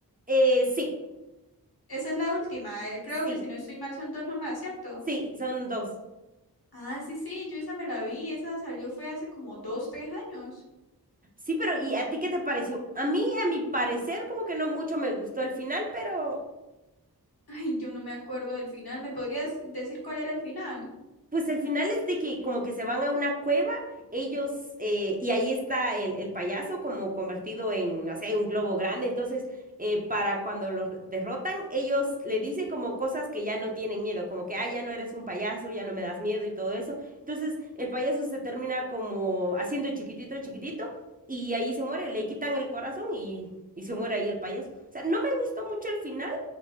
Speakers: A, on the right; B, on the left.
A: eh, sí.
B: Esa es la última. eh, Creo
A: Sí,
B: que si no estoy mal son dos nomás, ¿cierto?
A: Sí, son dos.
B: Ah, sí, sí, yo esa me la vi. Esa salió fue hace como dos, tres años.
A: Sí, pero ¿y a ti qué te pareció? A mí, a mi parecer, como que no mucho me gustó el final, pero
B: <laughs> Ay, yo no me acuerdo del final. ¿Me podrías decir cuál era el final?
A: Pues el final es de que como que se van a una cueva, ellos, eh, y ahí está el, el payaso como convertido en, no sé, un globo grande. Entonces, eh, para cuando los re- derrotan, ellos le dicen como cosas que ya no tienen miedo, como que, ah, ya no eres un payaso, ya no me das miedo y todo eso. Entonces, el payaso se termina como haciendo chiquitito, chiquitito, y ahí se muere, le quitan el corazón y, y se muere ahí el payaso. O sea, no me gustó mucho el final,